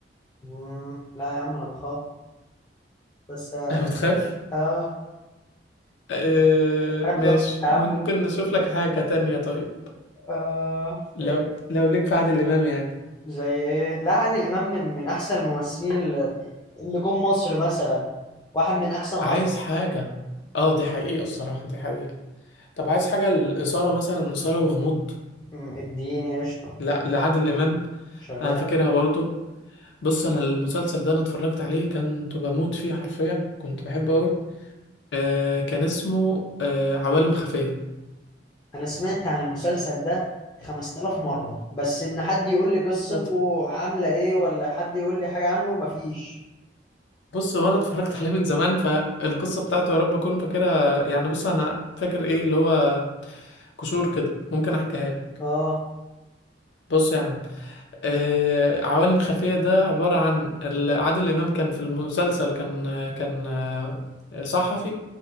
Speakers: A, on the left; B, on the left.
A: مم، لا يا عم انا بخاف بس اه
B: <laughs> بتخاف
A: آه،
B: آه
A: حلو
B: ماشي
A: يا
B: ممكن
A: عم
B: نشوف لك حاجة تانية طيب
A: آه.
B: لو
A: إيه،
B: لو ليك في عادل امام يعني
A: زي ايه لا عادل امام من من احسن الممثلين اللي اللي جم مصر مثلا واحد من احسن عشرة
B: عايز حاجة اه دي حقيقة الصراحة دي حقيقة طب عايز حاجة الإثارة مثلا إثارة وغموض
A: مم، اديني قشطه
B: لا لعادل إمام
A: شغال
B: أنا فاكرها برضو بص أنا المسلسل ده أنا اتفرجت عليه كنت بموت فيه حرفيا كنت بحبه أوي آه كان اسمه آه عوالم خفية
A: انا سمعت عن المسلسل ده 5000 مرة بس ان حد يقول لي قصته
B: صدفة
A: عاملة ايه ولا حد يقول لي حاجة عنه مفيش
B: بص هو أنا اتفرجت <laughs> عليه من زمان فالقصة بتاعته يا رب أكون فاكرها يعني بص أنا فاكر إيه اللي هو كشور كده ممكن أحكيها لك
A: اه
B: بص يا عم آه، عوالم خفية ده عبارة عن ال- عادل إمام كان في المسلسل كان كان آه، صحفي